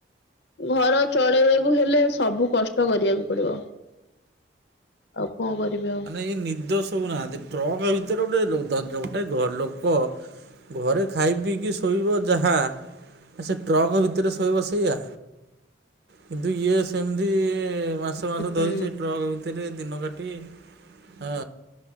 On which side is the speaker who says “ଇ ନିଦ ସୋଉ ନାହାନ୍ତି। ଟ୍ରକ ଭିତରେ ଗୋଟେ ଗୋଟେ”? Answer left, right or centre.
Right